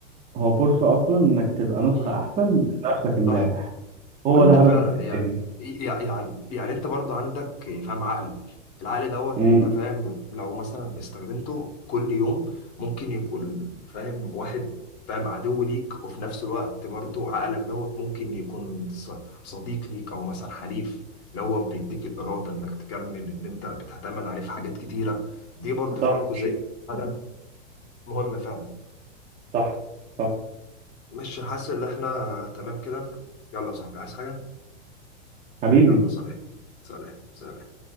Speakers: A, on the right (about 15°); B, on the left (about 35°).
A: هو فرصة اصلا انك تبقى نسخة
B: مم.
A: احسن من نفسك امبارح
B: صح
A: هو
B: وانت
A: ده هدفك
B: فعلا
A: في الدنيا
B: هي يعني يعني انت برضو عندك فاهم عقل العقل دوت
A: امم
B: انت فاهم لو مثلا استخدمته كل يوم ممكن يكون فاهم واحد فاهم عدو ليك وفي نفس الوقت برضو عقلك دوت ممكن يكون ص- صديق ليك او مثلا حليف اللي هو بيديك الارادة انك تكمل اللي انت بتعتمد عليه في حاجات كتيرة دي برضو فاهم
A: صح
B: جزئية فعلاً مهمة فعلا
A: صح صح
B: مش حاسس ان احنا تمام كده يلا يا صاحبي عايز حاجة
A: حبيبي
B: يلا صالح صالح صالح